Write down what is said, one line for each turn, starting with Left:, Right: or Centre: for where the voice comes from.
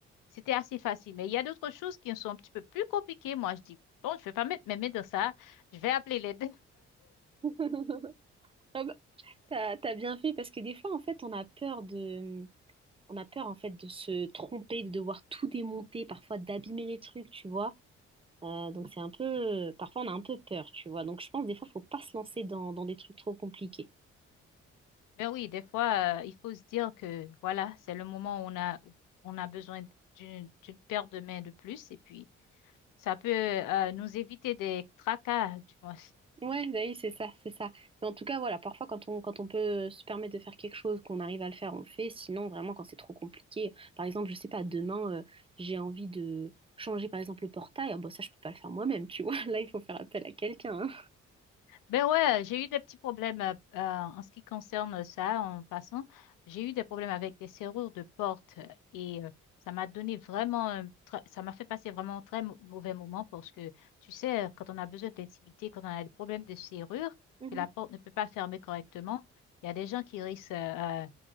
Left: C'était assez facile. Mais il y a d'autres choses qui sont un petit peu plus compliquées. Moi, je dis, bon, je vais pas mettre mes mains dans ça. Je vais appeler l'aide.
Right: <laughs> Ah bah, t'as, t'as bien fait, parce que des fois, en fait, on a peur de... On a peur, en fait, de se tromper, de devoir tout démonter, parfois d'abîmer les trucs, tu vois. Euh, donc c'est un peu... Parfois, on a un peu peur, tu vois. Donc je pense, des fois, faut pas se lancer dans, dans des trucs trop compliqués.
Left: Ben oui, des fois, euh, il faut se dire que voilà, c'est le moment où on a, où on a besoin d'une d'une paire de mains de plus et puis ça peut euh, nous éviter des tracas, du moins.
Right: Ouais, bah oui, c'est ça, c'est ça. Mais en tout cas, voilà, parfois quand on, quand on peut se permettre de faire quelque chose, qu'on arrive à le faire, on le fait. Sinon, vraiment, quand c'est trop compliqué, par exemple, je sais pas, demain, euh, j'ai envie de changer, par exemple, le portail. Ah, bah ça, je peux pas le faire moi-même, tu vois. <laughs> Là, il faut faire appel à quelqu'un. hein.
Left: Ben ouais, j'ai eu des petits problèmes euh, euh, en ce qui concerne ça, en passant. J'ai eu des problèmes avec des serrures de porte euh, et euh, ça m'a donné vraiment, un tr- ça m'a fait passer vraiment un très mau- mauvais moment parce que, tu sais, euh, quand on a besoin d'intimité, quand on a des problèmes de serrure,
Right: Mhm.
Left: que la porte ne peut pas fermer correctement, il y a des gens qui risquent euh, euh,